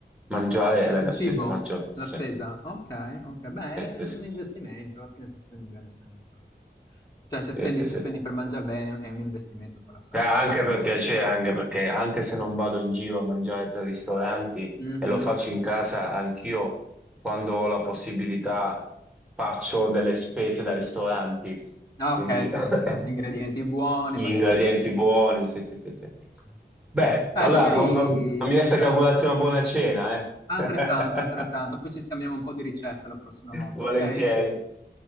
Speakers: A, in the centre; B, on the left.
A: Mangiare è la
B: Il
A: mia
B: cibo?
A: spesa maggiore. Sì,
B: La spesa? Ok, ok. Beh,
A: sì,
B: è
A: sì, sì,
B: un investimento, alla fine se spendi bene spendi in salute. Cioè
A: sì,
B: se spendi,
A: sì,
B: se
A: sì,
B: spendi
A: sì.
B: per mangiare bene è un investimento per la salute,
A: Eh, anche
B: ecco.
A: per piacere, anche perché anche se non vado in giro a mangiare per ristoranti
B: Mhm.
A: e lo faccio in casa, anch'io quando ho la possibilità faccio delle spese da ristoranti,
B: Ah
A: quindi
B: okay,
A: <laughs>
B: okay. Gli ingredienti buoni,
A: gli
B: magari
A: ingredienti
B: la bottiglia.
A: buoni, sì, sì, sì, sì.
B: Mh.
A: Beh,
B: Dai
A: allora
B: magari
A: non, non- non mi resta
B: eh,
A: che augurarti una buona cena, eh.
B: altrettanto,
A: <laughs>
B: altrettanto. Poi ci scambiamo un po' di ricette la prossima volta,
A: Volentieri.
B: okay?